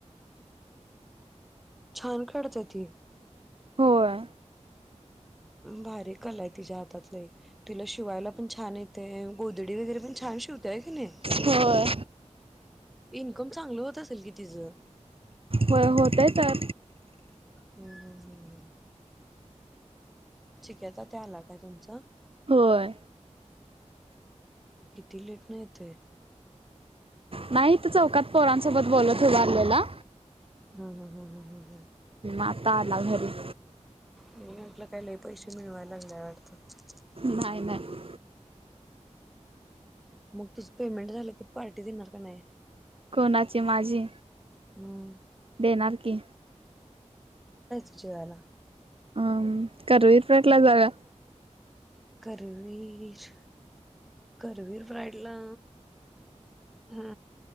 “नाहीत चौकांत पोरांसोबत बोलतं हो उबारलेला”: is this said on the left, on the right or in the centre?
Right